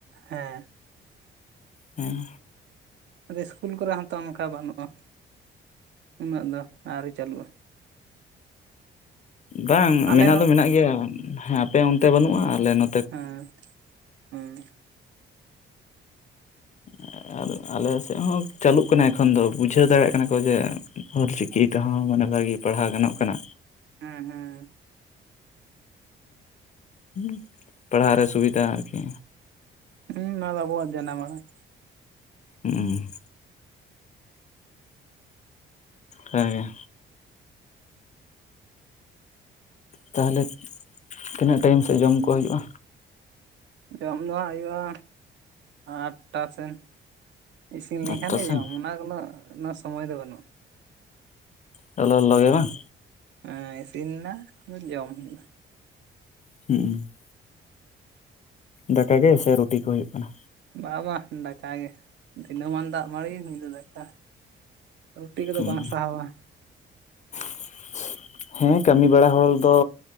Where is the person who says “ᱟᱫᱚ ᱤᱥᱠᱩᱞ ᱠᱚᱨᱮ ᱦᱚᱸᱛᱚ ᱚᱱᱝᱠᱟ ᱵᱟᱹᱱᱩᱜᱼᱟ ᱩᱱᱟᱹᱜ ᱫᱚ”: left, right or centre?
Right